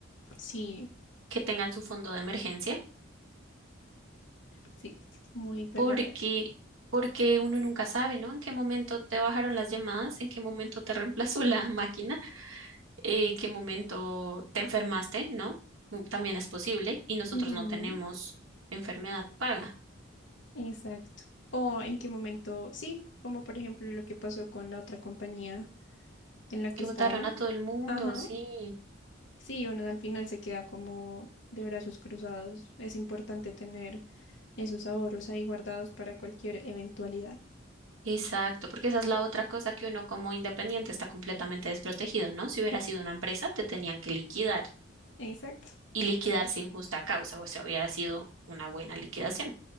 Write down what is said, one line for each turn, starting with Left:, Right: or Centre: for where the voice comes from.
Left: Sí,
Right: que tengan su fondo de emergencia,
Left: sí, muy verdadero.
Right: porque, porque uno nunca sabe, ¿no? En qué momento te bajaron las llamadas, en qué momento te reemplazó la <laughs> máquina. eh, qué momento te enfermaste, ¿no? Mm, También es posible y nosotros
Left: Ujú,
Right: no tenemos enfermedad paga.
Left: exacto. O en qué momento, sí, como por ejemplo lo que pasó con la otra compañía en la que
Right: Que
Left: estaba.
Right: votaron a todo el mundo,
Left: Ajá.
Right: sí.
Left: Sí, uno al final se queda como de brazos cruzados. Es importante tener esos ahorros ahí guardados para cualquier eventualidad.
Right: Exacto, porque esa es la otra cosa que uno como independiente está completamente desprotegido, ¿no? Si hubiera sido una empresa, te tenían que liquidar
Left: Exacto.
Right: y liquidar sin justa causa, o sea, hubiera sido una buena liquidación.